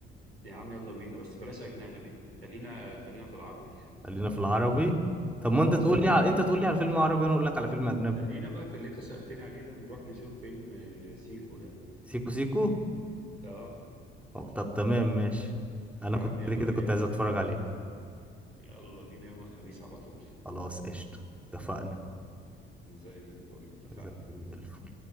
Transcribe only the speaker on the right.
يا عم يلا بينا بس بلاش اجنبي خلينا خلينا في العربي
<laughs>
اه
عشان
اجي
معاك
خلينا بقى في اللي انت سالتني عليه ده نروح نشوف فيلم آه، سيكو ده
اه
يا
عم يلا
بينا
يوم
الخميس
يلا بينا يوم الخميس على طول
زي الفل اتفقنا